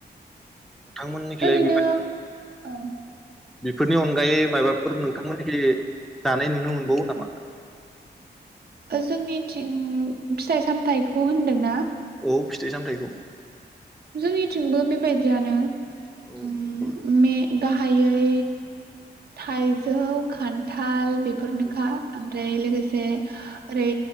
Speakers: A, in the centre; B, on the right.
A: नोंथांमोननिखैलाय
B: ओरैनो
A: बे
B: औ उम
A: बेफोरनि अनगायै मायबाफोर नोंथांमोनथि जानाय नुनो मोनबावो नामा?
B: जोंनिथिं फिथाइ सामथाइखौ होनदों ना?
A: औ फिथाइ सामथाइखौ
B: जोंनिथिंबो बेबायदियानो
A: औ
B: उम मे गाहायै थाइजौ खान्थाल बेफोरनोखा
A: औ
B: ओमफ्राय लोगोसे
A: औ
B: ओरै